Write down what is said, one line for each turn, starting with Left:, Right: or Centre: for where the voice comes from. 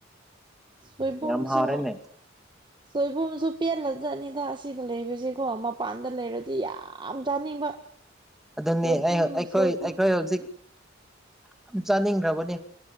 Right: ꯁꯕꯝꯁ
Centre: ꯌꯥꯝ ꯍꯥꯎꯔꯦꯅꯦ
Right: ꯁꯣꯏꯕꯨꯝꯁꯨ ꯄꯦꯜꯂ ꯆꯠꯅꯤꯗ ꯑꯁꯤꯗ ꯂꯩꯕꯁꯀꯣ ꯃꯄꯥꯟꯗ ꯂꯩꯔꯗꯤ ꯌꯥꯝ ꯆꯥꯅꯤꯡꯕ <inaudible>
Centre: ꯑꯗꯨꯅꯤ
Right: ꯁꯣꯏꯕꯨꯝ
Centre: ꯑꯩꯈꯣꯏ
Right: ꯁꯣꯏꯕꯨꯝ
Centre: ꯑꯩꯈꯣꯏ ꯍꯧꯖꯤꯛ ꯌꯥꯝ ꯆꯥꯅꯤꯡꯈ꯭ꯔꯕꯅꯤ